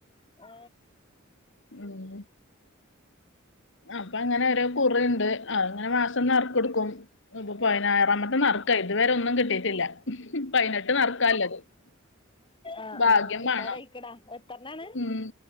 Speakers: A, on the left (about 25°); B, on the left (about 60°).
A: ഓ
B: മ്ഹ് അപ്പൊ അങ്ങനെ ഓരോ കുറുണ്ട് അങ്ങനെ മാസം നറുക്കെടുക്കും. ഇപ്പൊ പതിനാറാമത്തെ നറക്ക ഇതുവരെ ഒന്നും കിട്ടിയിട്ടില്ല പതിനെട്ട് നറുക്കാല്ലത് <inaudible>
A: ആഹ്
B: ഭാഗ്യം
A: ആഹ് കിട്ടാരായിക്കണാ
B: വേണം
A: എത്രണ്ണാണ്?
B: ഉം